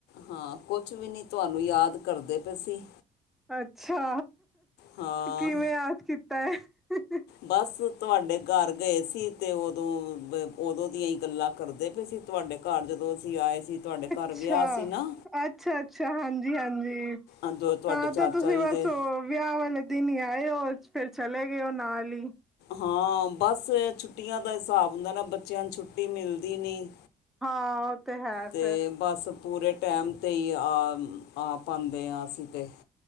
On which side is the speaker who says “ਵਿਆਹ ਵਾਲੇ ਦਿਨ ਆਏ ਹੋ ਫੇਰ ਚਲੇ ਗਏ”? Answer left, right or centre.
Centre